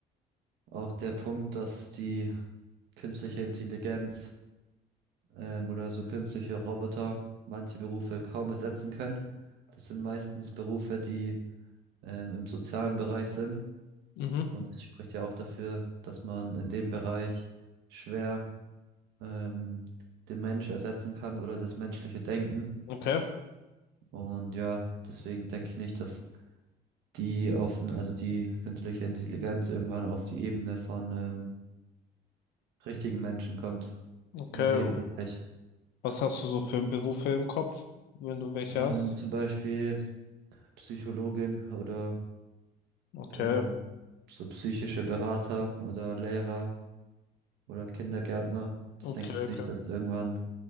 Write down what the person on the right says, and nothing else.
Auch der Punkt, dass die künstliche Intelligenz ähm, oder so künstliche Roboter manche Berufe kaum ersetzen können. Das sind meistens Berufe, die ähm, im sozialen Bereich sind.
Und es spricht ja auch dafür, dass man in dem Bereich schwer ähm, den Mensch ersetzen kann oder das menschliche Denken.
Und ja, deswegen denke ich nicht, dass die auf, n- also die künstliche Intelligenz irgendwann auf die Ebene von ähm, richtigen Menschen kommt
in dem Bereich.
Ähm,
zum Beispiel Psychologin oder
ähm, so psychische Berater oder Lehrer oder Kindergärtner. Das
denke ich
nicht, dass irgendwann